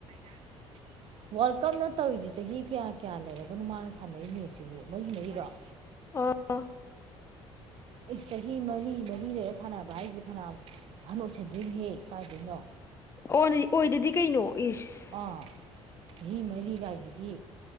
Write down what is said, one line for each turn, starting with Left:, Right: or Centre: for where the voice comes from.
Right: <inaudible> ꯋꯥꯔꯜ ꯀꯞꯅ ꯇꯧꯔꯤꯁꯦ ꯆꯍꯤ ꯀꯌꯥ ꯀꯌꯥ ꯂꯩꯔꯒꯅꯣ ꯃꯥꯅ ꯁꯥꯟꯅꯩꯅꯦ ꯁꯤꯕꯨ ꯃꯍꯤ ꯃꯍꯩꯔꯣ
Left: ꯑꯣ
Right: ꯑꯩꯁ ꯆꯍꯤ ꯃꯔꯤ ꯃꯔꯤ ꯂꯩꯔ ꯁꯥꯟꯅꯕ ꯍꯥꯏꯁꯦ ꯐꯅꯌꯥꯝ ꯑꯍꯟ ꯑꯣꯏꯁꯟꯗꯣꯏꯅꯤꯍꯦ ꯀꯥꯏꯗꯣꯏꯅꯣ
Left: ꯑꯣꯗꯤ ꯑꯣꯏꯗꯗꯤ ꯀꯩꯅꯣ ꯏꯁꯁ
Right: ꯑꯥ ꯆꯍꯤ ꯃꯔꯤꯒꯥꯏꯁꯤꯗꯤ